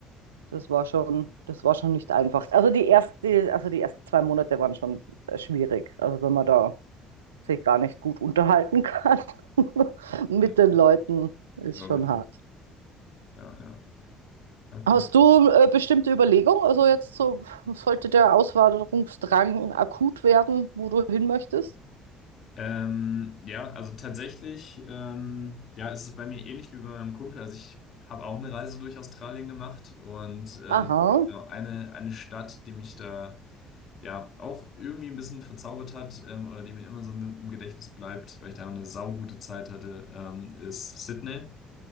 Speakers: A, on the right (about 75°); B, on the left (about 45°).
A: das war schon, das war schon nicht einfach. Also die erste, also die ersten zwei Monate waren schon äh, schwierig. Also wenn man da sich gar nicht gut unterhalten kann <laughs> mit
B: Mhm.
A: den Leuten, ist
B: Glaube
A: schon
B: ich, ja.
A: hart.
B: Ja, ja, ja,
A: Hast
B: cool.
A: du äh, bestimmte Überlegungen? Also jetzt so, sollte der Auswanderungsdrang akut werden, wo du hin möchtest?
B: Ähm, ja, also tatsächlich, ähm, ja, ist es ist bei mir ähnlich wie bei meinem Kumpel. Also ich habe auch eine Reise durch Australien gemacht und ähm,
A: Aha,
B: genau, eine, eine Stadt, die mich da ja, auch irgendwie ein bisschen verzaubert hat ähm, oder die mir immer so im im Gedächtnis bleibt, weil ich da eine saugute Zeit hatte, ähm, ist Sydney.